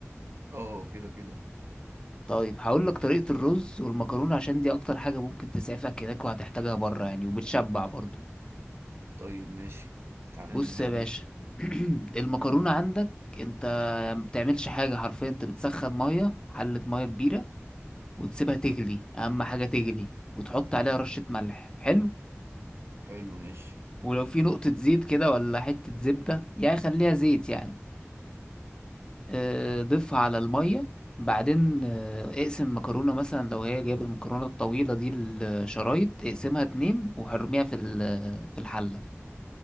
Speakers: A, on the right; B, on the left.
A: اه كده كده
B: طيب هقول لك طريقة الرز والمكرونة عشان دي اكتر حاجة ممكن تسعفك هناك وهتحتاجها بره يعني وبتشبع برضه
A: طيب ماشي تعالى
B: بص
A: نبدأ
B: يا
A: بيها
B: باشا <clears throat> المكرونة عندك انت ما بتعملش حاجة حرفيا انت بتسخن مية حلة مية كبيرة وتسيبها تغلي اهم حاجة تغلي وتحط عليها رشة ملح حلو
A: حلو ماشي
B: ولو في نقطة زيت كده ولا حتة زبدة يعني خليها زيت يعني آه، ضيفها على المية بعدين آه، اقسم المكرونة مثلا لو هي جايب المكرونة الطويلة دي الشرايط اقسمها اتنين وحرميها في ال- في الحلة